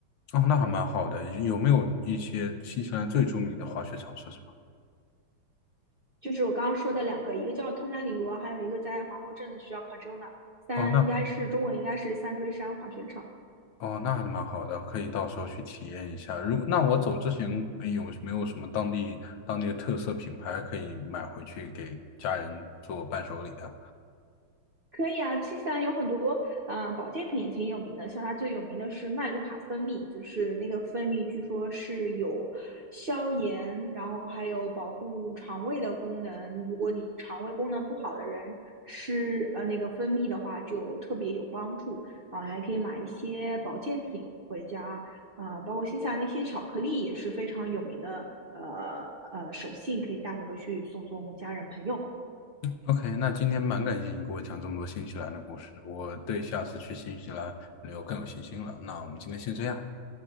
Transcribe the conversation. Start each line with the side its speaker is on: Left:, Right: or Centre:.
Left: 哦，那还蛮好的。有没有一些新西兰最著名的滑雪场是什么？
Right: 就是我刚刚说的两个，一个叫汤加里罗，还有一个在皇后镇的就叫 Cajuna，三应该是中文应该是三锥山滑雪场。
Left: 哦，那哦，那还是蛮好的，可以到时候去体验一下。如果那我走之前有没有什么当地当地的特色品牌可以买回去给家人做伴手礼啊
Right: 可以啊，新西兰有很多啊、呃保健品也挺有名的，像它最有名的是麦卢卡蜂蜜，就是那个蜂蜜据说是有消炎，然后还有保护肠胃的功能。如果你肠胃功能不好的人吃呃那个蜂蜜的话，就特别有帮助啊、还可以买一些保健品回家啊、包括新西兰那些巧克力也是非常有名的，呃呃手信可以带回去送送家人朋友。
Left: ？OK，那今天蛮感谢你给我讲这么多新西兰的故事，我对下次去新西兰旅游更有信心了。那我们今天先这样，